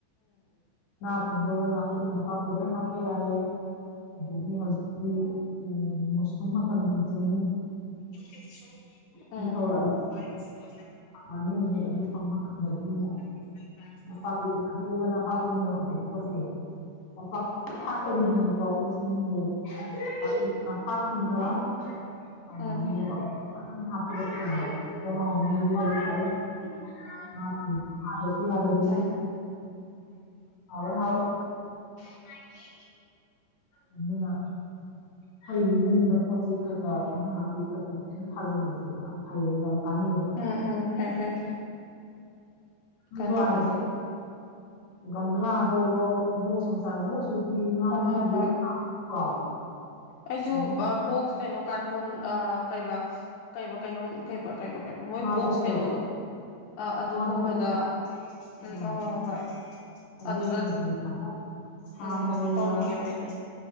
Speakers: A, on the left (about 55°); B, on the left (about 80°).
A: ꯉꯥ ꯊꯣꯡꯕ ꯑꯣꯢꯔꯣ ꯅꯥꯀꯨꯞꯄꯤ ꯅꯄꯥꯛꯄꯤ ꯂꯣꯏ ꯍꯥꯞꯄ ꯌꯥꯔꯦ ꯑꯗꯒꯤ ꯍꯧꯖꯤꯛ ꯀꯤ ꯎꯝ ꯃꯨꯁꯔꯨꯝ ꯃꯇꯝꯅꯤꯅ ꯆꯦꯡꯒꯨꯝ
B: <unintelligible>
A: ꯑꯗꯨ
B: ꯑꯥ
A: ꯊꯧꯔꯛꯑꯅꯤ
B: <unintelligible>
A: <unintelligible>
B: <inaudible>
A: ꯅꯥꯄꯥꯛꯄꯤ <unintelligible> ꯃꯣꯔꯣꯛ ꯑꯇꯦꯛꯄꯒꯁꯦ ꯅꯥꯄꯥꯛꯄꯤ ꯑꯗꯨꯝ ꯊꯥꯛꯇꯣꯏꯅꯦꯕ ꯍꯟꯗꯛ <unintelligible> ꯅꯥꯄꯥꯛꯄꯤꯒ <unintelligible> <unintelligible>
B: ꯎꯝ
A: ꯌꯥꯔꯦ ꯑꯗꯨꯗꯤ
B: ꯎꯝ
A: ꯍꯥꯎꯔꯦ ꯍꯥꯎꯔꯦ
B: <unintelligible>
A: ꯑꯗꯨꯅ ꯑꯈꯣꯢꯒꯤ ꯌꯨꯝꯗ ꯄꯣꯠꯆꯩ ꯈꯔ ꯈꯔ ꯏꯟꯖꯥꯡ ꯅꯥꯄꯤ ꯈꯔ ꯈꯔ ꯐꯖꯅ ꯊꯥꯖꯤꯟꯕꯖꯦ ꯌꯥꯝ ꯐꯩꯌꯦꯕ ꯌꯥꯝ ꯀꯥꯟꯅꯩꯑꯦꯕ
B: ꯎꯝ ꯎꯝ ꯐꯩ ꯐꯩ
A: ꯅꯣꯏꯁꯨ
B: ꯀꯥꯅꯩ
A: ꯑꯥꯗ
B: ꯀꯥꯅꯩ
A: ꯆꯠ ꯒꯝꯂꯥꯗ ꯑꯣꯏꯔꯣ ꯕꯣꯛꯁ ꯃꯆꯥ ꯕꯣꯛꯁꯇꯨꯗꯤ ꯉꯥ
B: ꯍꯣꯏ
A: ꯕꯣꯛꯁ
B: ꯍꯣꯏ
A: <unintelligible>
B: ꯍꯣꯏ
A: ꯀꯣ
B: ꯑꯩꯁꯨ
A: ꯑꯗꯨꯅ
B: ꯑ ꯕꯣꯛꯁ ꯀꯩꯅꯣ ꯀꯥꯔꯄꯣꯟ ꯑꯥ ꯀꯩꯕꯥ ꯀꯩꯕ ꯀꯩꯅꯣꯝ ꯀꯩꯕ ꯀꯩꯕ ꯀꯩꯕ ꯃꯣꯏ
A: ꯉꯥ
B: ꯕꯣꯛꯁ
A: ꯕꯣꯛꯁꯇꯣ
B: ꯀꯩꯅꯣꯗꯣ ꯑꯥ ꯑꯗꯨꯒꯨꯝꯕꯗ
A: ꯉꯥ ꯕꯣꯛꯁꯇꯣ
B: ꯎꯝ
A: ꯑꯥ
B: ꯑꯣ ꯍꯣꯏ ꯍꯣꯏ ꯍꯣꯏ
A: ꯑꯗꯨꯒꯨꯝꯕꯗꯅꯦ
B: ꯑꯗꯨꯗ
A: ꯁꯥ
B: ꯎꯝ
A: ꯃꯔꯣꯏꯒ
B: ꯑꯗꯨ ꯇꯧꯅꯤꯡꯉꯦ ꯅꯣꯢꯗ